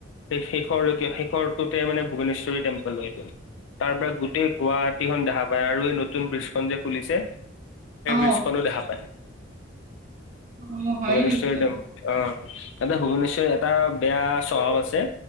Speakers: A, on the left; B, on the right.
A: সেই শেষৰলৈকে শেষৰটোতে মানে ভূৱনেশ্বৰী টেম্পল হয়। তাৰ পৰা গোটেই গুৱাহাটীখন দেখা পায় আৰু এই নতুন ব্ৰ্ৰীজখন যে খুলিছে সেই
B: অ',
A: বীজখনো দেখা পায়
B: অ', হয়
A: ভুৱেনিশ্বৰি
B: নেকি?
A: টেম অহ তাতে ভুৱনেশ্বৰ এটা বেয়া চহৰ আছে,